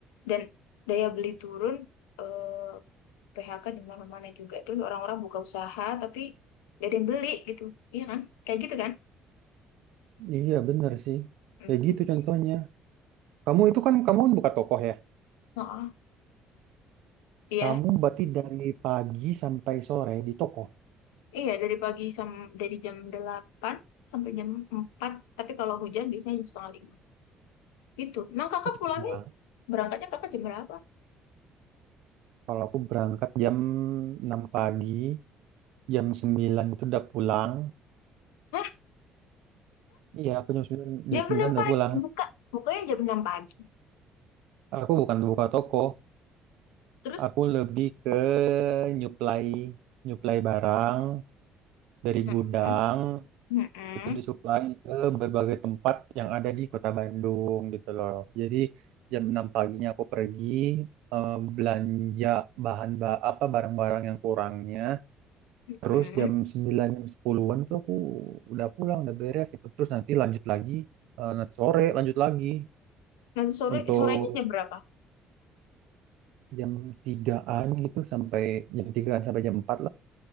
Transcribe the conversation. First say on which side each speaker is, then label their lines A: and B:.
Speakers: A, on the left; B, on the right.
A: Dan daya beli turun, eh, PHK di mana-mana juga. tuh orang-orang buka usaha tapi gak ada yang beli gitu, iya kan? Kayak gitu kan?
B: Iya bener sih.
A: Mm-mm.
B: Kayak gitu contohnya. Kamu itu kan kamu buka toko ya.
A: Oh, iya,
B: Kamu berarti dari pagi sampai sore di toko.
A: iya dari pagi sam dari jam 8 sampai jam empat, tapi kalau hujan biasanya jam setengah lima. Gitu. Emang kakak
B: Oh, cepet
A: pulangnya,
B: banget.
A: berangkatnya kakak jam berapa?
B: Kalau aku berangkat jam enam pagi, jam 9 itu udah pulang.
A: Hah?
B: Iya, aku jam 9 jam
A: Jam
B: 9
A: 6
B: udah
A: pagi,
B: pulang.
A: buka, bukanya jam 6 pagi.
B: Aku bukan buka toko,
A: Terus,
B: aku lebih ke nyuplai nyuplai barang dari
A: mm-mm.
B: gudang
A: Mm-mm,
B: itu disuplai ke berbagai tempat yang ada di Kota Bandung gitu loh. Jadi jam 6 paginya aku pergi eh, belanja bahan ba apa barang-barang yang kurangnya.
A: mm-mm.
B: Terus jam 9 jam sepuluhan an itu aku udah pulang, udah beres itu. Terus nanti lanjut lagi eh, nanti sore lanjut lagi
A: Nanti sore,
B: untuk
A: sorenya jam berapa?
B: jam tigaan gitu sampai jam tigaan sampai jam 4